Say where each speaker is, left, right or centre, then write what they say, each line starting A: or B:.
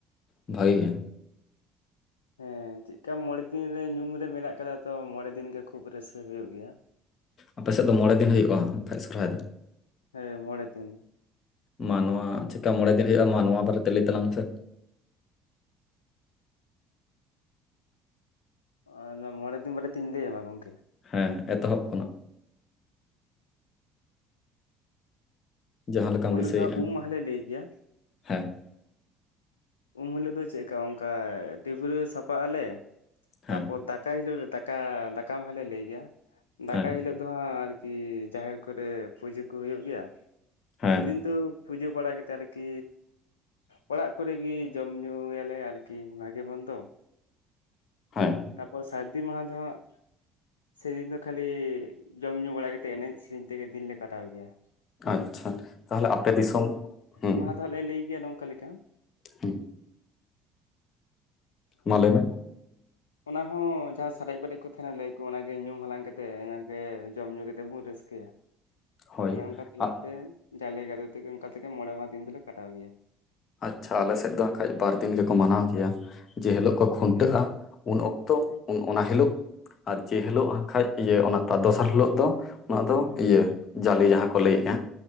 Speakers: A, on the left; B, on the left.
A: ᱵᱷᱟᱜᱤ ᱜᱮ?
B: ᱦᱮᱸ ᱪᱮᱫᱠᱟ ᱢᱚᱬᱮ ᱫᱤᱱ ᱨᱮ ᱧᱩᱢ ᱨᱮ ᱢᱮᱱᱟᱜ ᱠᱟᱫᱟ ᱛᱚ ᱢᱚᱬᱮ ᱫᱤᱱ ᱜᱮ ᱠᱷᱩᱵ ᱨᱟᱹᱥᱠᱟᱹ ᱦᱩᱭᱩᱜ ᱜᱮᱭᱟ᱾
A: ᱟᱯᱮ ᱥᱮᱫ ᱫᱚ ᱢᱚᱬᱮ ᱫᱤᱱ ᱦᱩᱭᱩᱜᱼᱟ ᱟᱯᱮᱭᱟ-ᱜ ᱥᱚᱨᱦᱟᱭ ᱫᱚ?
B: ᱦᱮᱸ ᱢᱚᱬᱮ ᱫᱤᱱ᱾
A: ᱢᱟ ᱱᱚᱣᱟ ᱪᱮᱠᱟ ᱢᱚᱬᱮ ᱫᱤᱱ ᱦᱩᱭᱩᱜᱼᱟ ᱢᱟ ᱱᱚᱣᱟ ᱵᱟᱨᱮ ᱛᱮ ᱞᱟᱹᱭ ᱛᱟᱞᱟᱝ ᱢᱮᱥᱮ᱾
B: ᱟᱨ ᱱᱚᱣᱟ ᱢᱚᱬᱮ ᱫᱤᱱ ᱵᱟᱨᱮ ᱛᱧ ᱞᱟᱹᱭ ᱟᱢᱟ ᱜᱚᱝᱠᱮ?
A: ᱦᱮᱸ ᱮᱛᱚᱦᱚᱵ ᱠᱷᱚᱱᱟᱜ᱾ ᱡᱟᱦᱟᱸ ᱞᱮᱠᱟᱢ
B: ᱯᱩᱭᱞᱩ
A: ᱫᱤᱥᱟᱹᱭᱮᱫᱼᱟ
B: ᱫᱚᱦᱟᱜ ᱩᱢ ᱢᱟᱦᱟ ᱞᱮ ᱞᱟᱹᱭ ᱜᱮᱭᱟ᱾
A: ᱦᱮᱸ᱾
B: ᱩᱢ ᱦᱤᱞᱚᱜ ᱫᱚ ᱪᱮᱫᱠᱟ ᱚᱱᱠᱟ ᱰᱤᱵᱽᱨᱟᱹ ᱥᱟᱯᱷᱟᱜ ᱟᱞᱮ
A: ᱦᱮᱸ
B: ᱛᱟᱯᱚᱨ ᱫᱟᱠᱟᱭ ᱦᱤᱞᱚᱜ ᱫᱚ ᱫᱟᱠᱟ ᱫᱟᱠᱟ ᱢᱟᱦᱟ ᱞᱮ ᱞᱟᱹᱭ ᱜᱮᱭᱟ ᱫᱟᱠᱟ
A: ᱦᱮᱸ
B: ᱦᱤᱞᱚᱜ᱾ ᱫᱚ ᱦᱟᱸᱜ ᱟᱨᱠᱤ ᱡᱟᱦᱮᱨ ᱠᱚᱨᱮ ᱯᱩᱡᱟᱹ ᱠᱚ ᱦᱩᱭᱩᱜ ᱜᱮᱭᱟ?
A: ᱦᱮᱸ
B: ᱥᱮᱫᱤᱱ ᱫᱚ ᱯᱩᱡᱟᱹ ᱵᱟᱲᱟ ᱠᱟᱛᱮ ᱟᱨᱠᱤ ᱚᱲᱟᱜ ᱠᱚᱨᱮ ᱜᱮ ᱡᱚᱢ ᱧᱩ ᱭᱟᱞᱮ ᱟᱨᱠᱤ ᱠᱤ ᱵᱷᱟᱜᱤ ᱢᱚᱱᱫᱚ
A: ᱦᱮᱸ
B: ᱛᱟᱯᱚᱨ ᱥᱟᱨᱫᱤ ᱢᱟᱦᱟ ᱫᱚᱦᱟᱜ ᱛᱮᱦᱮᱱ ᱫᱚ ᱠᱷᱟᱹᱞᱤ ᱡᱚᱢ ᱧᱩ ᱵᱟᱲᱟᱛᱮ ᱮᱱᱮᱡ ᱥᱮᱨᱮᱧ ᱛᱮᱜᱮ ᱫᱤᱱᱞᱮ ᱠᱟᱴᱟᱣ ᱜᱮᱭᱟ
A: ᱟᱪᱪᱷᱟ ᱛᱟᱦᱞᱮ ᱟᱯᱮ ᱫᱤᱥᱚᱢ ᱦᱮᱸ
B: ᱛᱟᱦᱟ ᱞᱮ ᱞᱟᱹᱭ ᱜᱮᱭᱟ ᱱᱚᱝᱠᱟ ᱞᱮᱠᱟ
A: ᱦᱩ ᱢᱟ ᱞᱟᱹᱭ ᱢᱮ
B: ᱚᱱᱟ ᱦᱚᱸ ᱡᱟᱦᱟᱸ ᱥᱟᱨᱮᱡ ᱵᱟᱨᱮᱡ ᱠᱚ ᱛᱟᱦᱮᱱᱟ ᱞᱟᱭ ᱟᱠᱚ ᱚᱱᱟᱜᱮ ᱧᱩᱢ ᱦᱟᱞᱟᱝ ᱠᱟᱛᱮᱜ ᱚᱱᱟᱜᱮ ᱡᱚᱢ ᱧᱩ ᱠᱟᱛᱮᱫ ᱵᱚᱱ ᱨᱟᱹᱥᱠᱟᱹᱭᱟ
A: ᱦᱳᱭ
B: ᱚᱱᱮ ᱚᱱᱠᱟ ᱛᱟᱞᱟ
A: ᱟ-
B: ᱛᱮ ᱡᱟᱞᱮ ᱜᱟᱫᱚᱭ ᱛᱮᱜᱮ ᱢᱚᱬᱮ ᱢᱟᱦᱟ ᱫᱤᱱ ᱫᱚᱞᱮ ᱠᱟᱴᱟᱣ ᱜᱮᱭᱟ
A: ᱟᱪᱪᱷᱟ ᱟᱞᱮ ᱥᱮᱫ ᱫᱚ ᱠᱷᱟᱡ ᱵᱟᱨ ᱫᱤᱱ ᱜᱮᱠᱚ ᱢᱟᱱᱟᱣ ᱠᱮᱭᱟ ᱡᱮ ᱦᱤᱞᱳᱜ ᱠᱚ ᱠᱷᱩᱱᱴᱟᱹᱜᱼᱟ ᱩᱱ ᱚᱠᱛᱚ ᱩᱱ ᱚᱱᱟ ᱦᱤᱞᱳᱜ ᱟᱨ ᱡᱮ ᱦᱤᱞᱳᱜ ᱦᱟᱸᱜ ᱠᱷᱟᱡ ᱤᱭᱟᱹ ᱚᱱᱟ ᱛᱟ ᱫᱚᱥᱟᱨ ᱦᱤᱞᱳᱜ ᱫᱚ ᱚᱱᱟ ᱫᱚ ᱤᱭᱟᱹ ᱡᱟᱞᱮ ᱡᱟᱦᱟᱸ ᱠᱚ ᱞᱟᱹᱭᱮᱫᱼᱟ